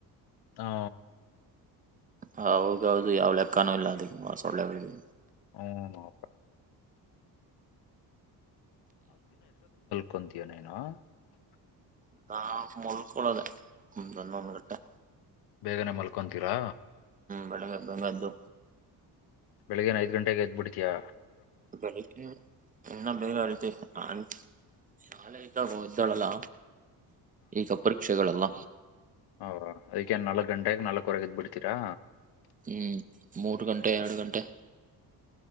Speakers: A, on the left; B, on the right.
A: ಹಾ
B: ಹ ಹೌದೌದು ಯಾವ್ ಲೆಕ್ಕನೂ ಇಲ್ಲ ಅದ್ ಸೊಳ್ಳೆಗಳ್ಗೆ
A: ಹು ಅಪ ಕತ್ಕೊಂತೀಯೋ ನೇನು <unintelligible>
B: <unintelligible> ಾ ಮುೊಳ್ಕೊೊಳ್ಳೋದೆೇ ಮುನ್ನೊಂದು ಗಟ್ಟೆ <unintelligible>
A: ಬೇಗನೆ ಮಲ್ಕೊಂತೀರಾ
B: ಬೆಳಗೆ <unintelligible> ಬೆಂಗ್ದು
A: ಬೆಳಿಗನ್ ಐದ್ ಗಂಟೆಗೆ ಎದ್ಬಿಡ್ತಿಯಾ
B: ಬೆಳಗ್ ಇನ್ನ ಬೇಗ ಎಲ್ತೀನಿ ಹ ಶಾಲೆ ಇದ್ದಾಗ ಇದ್ದಾಳಲ್ಲ ಈಗ ಪರೀಕ್ಷೆಗಳೆಲ್ಲ
A: ಹೌ ಅದಕ್ಕೆೇನ್ ನಾಲ್ಕಕ್ ಗಂಟೆಗೆ ನಾಲ್ಕಕ್ವರೆಗ ಎದ್ ಬಿಡ್ತೀರಾ
B: ಹ್ಮ್ ಮೂರ್ ಗಂಟೆ ಎರಡ್ ಗಂಟೆ